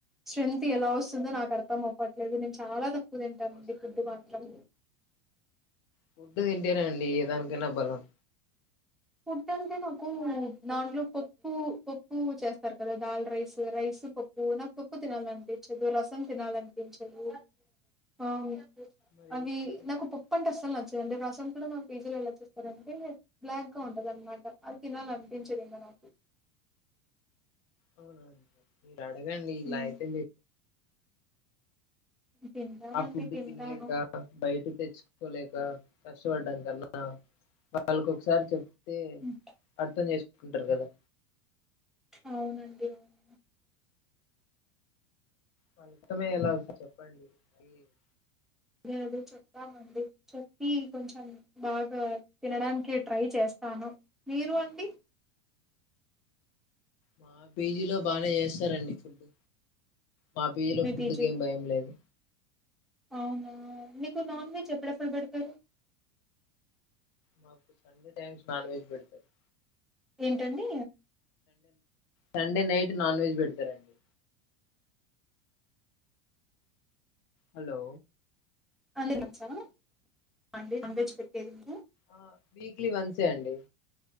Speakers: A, in the centre; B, on the left.
A: స్ట్రెంగ్్ ఎలా వస్తుందో నాకు అర్థం అవ్వట్లేదు నేను చాలా తింటామండి
B: వస్తున్నా
A: ఫుడ్ మాత్రం
B: ఫుడ్డు తింటేనండి ఏ దానికైనా బలం
A: ఫుడ్ అంటే నాకు దాంట్లో పప్పు పప్పు చేస్తారు కదా దాల్ రైస్ రైస్ పప్పు నాకు పప్పు తినాలనిపించదు రసం తినాలనిపించదు ఆ
B: మరి
A: అవి
B: ఏం తింటానండి
A: నాకు పప్పు అంటే అస్సలు నచ్చదండి రసం కూడా మాకు పిజిలో ఎలా చేస్తారంటే <unintelligible> ఉంటదన్నమాట అది తినాలి అనిపించేదు ఇంంగా నాకు
B: అవునా అడగండి ఇలా
A: హ్మ్.
B: అయితే
A: తింటానండి
B: ఆ ఫుడ్
A: తింటాను
B: తినలేక బయట తెచ్చుకోలేక కష్టపడ్డాం కన్నా వాళ్ళకి ఒకసారి చెప్ అే
A: హ్మ్.
B: అర్థం చేసు <unintelligible> చెకుంటారు కదా
A: అవునండి అవును
B: మంతమే ఎలా చెప్పండి అ <unintelligible>
A: అదే అద చెప్పామండి చెప్పి కొంచెం బాగా తినడానికి ట్రై చేస్తాను నేను అండి
B: మా పీజీలో బాగా చేస్తారండి ఫుడ్ మా పేజీలో
A: మీ
B: ఫుడ్కి
A: పీజీలు
B: ఏం భయం లేదు
A: అవునా మీకు నాన్ వెజ్ ఎప్పుడెప్పుడు పెడతారు
B: మాకు సండే టైమ్స్ నాన్ వెజ్ పెడుతుంది
A: ఏంటండి
B: సండే నైట్ నాన్ వెజ్ పెడతారంండి హలో
A: అే మంచవాడి నాన్ వెజ్ పెట్టేది మీరు
B: ఆ వీక్లీ వన్సే అండి